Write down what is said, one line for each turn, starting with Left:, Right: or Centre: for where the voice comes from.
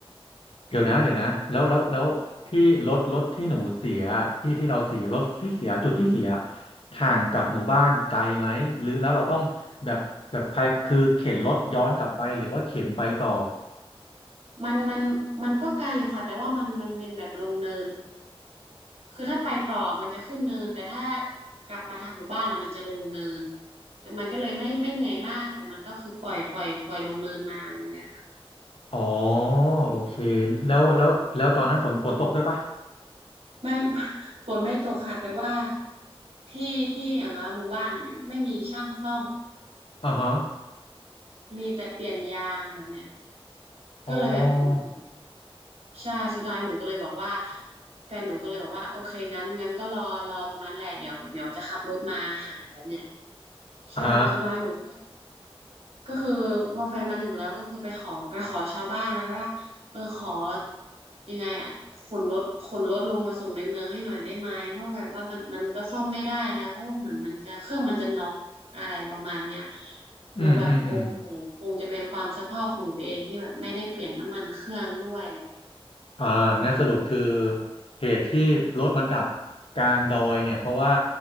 Left: เดี๋ยวนะเดี๋ยวนะแล้วแล้วแล้วที่รถรถที่หนูเสีย ที่ที่เราเสียรถที่เสีย จุดที่เสียห่างกับหมู่บ้านไกลไหม หรือแล้วเราต้องแบบแบบใครคือเข็นรถย้อนกลับไปหรือว่าเข็นไปต่อ
Right: มันมันมันก็ไกลอยู่ค่ะแต่ว่ามันมันเป็นแบบลงเนินคือถ้าไปต่อมันจะขึ้นเนินแต่ถ้ากลับมาทางหมู่บ้านแล้วมันจะลงเนินแต่มันก็เลยไม่ไม่เหนื่อยมากแต่มันก็คือปล่อยปล่อยปล่อยลงเนินมาแบบเนี่ยค่ะ
Left: อ๋อโอเคแล้วแล้วแล้วตอนนั้นฝนฝนตกด้วยปะ
Right: ไม่ <laughs> ฝนไม่ตกค่ะแต่ว่าที่ที่อย่างว่าหมู่บ้านอะไม่ไม่มีช่างซ่อม
Left: อ่าฮะ
Right: มีแต่เปลี่ยนยางแบบเนี้ย
Left: อ๋อ
Right: ก็เลยแบบอือหือใช่สุดท้ายหนูก็เลยบอกว่าแฟนหนูก็เลยบอกว่าโอเคงั้นงั้นก็รอรอตรงนั้นแหละเดี๋ยวเดี๋ยวจะขับรถมาหาแบบเนี้ยใช่สุดท้ายหนูก็
Left: อ่า
Right: ก็คือพอแฟนมาถึงแล้วก็คือไปขอไปขอชาวบ้านมาว่าเออขอยังไงอ่ะขนรถขนรถลงมาส่งในเมืองให้หน่อยได้ไหมเพราะแบบว่ามันมันก็ซ่อมไม่ได้แล้วเพราะว่าเหมือนมันจะเครื่องมันจะน็อกอะไรประมาณเนี้ย
Left: อืมอืมอืม
Right: หนูแบบโอ้โหคงจะเป็นความสะเพร่าของหนูเองที่แบบไม่ได้เปลี่ยนน้ำมันเครื่องด้วยแหละ
Left: อ่างานสรุปคือเหตุที่รถมันดับกลางดอยเนี่ยเพราะว่า